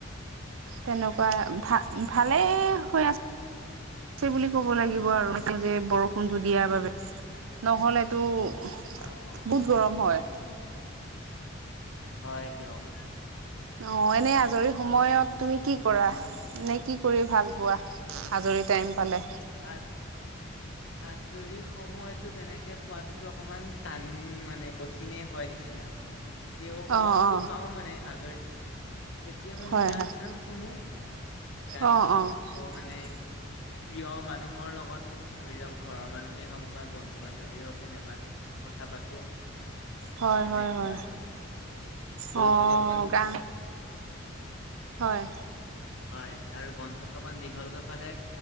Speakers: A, on the right (about 80°); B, on the left (about 65°).
A: তেনেকুৱা ভা ভালেই হৈ আছে বুলি ক'ব লাগিব আৰু যে বৰষুণটো দিয়াৰ বাবে নহ'লেটো বহুত
B: অ', অ'।
A: গৰম হয়।
B: হয় দিয়ক।
A: অ' এনেই আজৰি সময়ত তুমি কি কৰা? এনে কি কৰি ভাল হোৱা আজৰি টাইম পালে
B: আ <inaudible> আজৰি সময়তো তেনেকে পোৱাততো অকণমান টান মানে কঠিনে হয় নিচিনা। তেওঁ
A: অ
B: অলপতো
A: অ
B: পাওঁ মানে আজৰি, তেতিয়া মানে
A: হয়
B: গান
A: হয়
B: চান শুনো। গান
A: অ
B: শুনো।
A: <unintelligible>
B: মানে প্ৰিয় মানুহৰ লগত ধৰি লওঁক, ঘৰৰ মানুহেই হওঁক বা বন্ধু বান্ধৱী হওঁক তেনেকুৱা। কথা পাতোঁ
A: হয়
B: তেনেকুৱা
A: হয় হয়
B: আৰু
A: অ
B: ৰুটি এখন
A: গা হয়।
B: হয় আৰু বন্ধতো অকন দীঘল কৈ পালে।